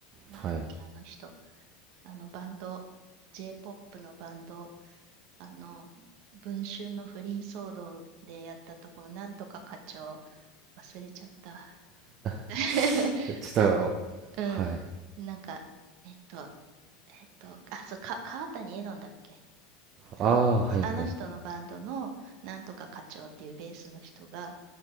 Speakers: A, on the right (about 65°); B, on the right (about 45°).
A: なんだっけ、
B: はい
A: あの人。あのバンド、J-POP のバンド、あの、文春の不倫騒動でやったところ、なんとか課長、忘れちゃった。
B: <laughs>
A: <laughs>
B: ちょっと
A: あの、うん、
B: はい
A: なんか、えっと、えっと、あ、そう、か、川谷絵音だっけあの、
B: ああーはいはいはい
A: あの人のバンドのなんとか課長っていうベースの人が、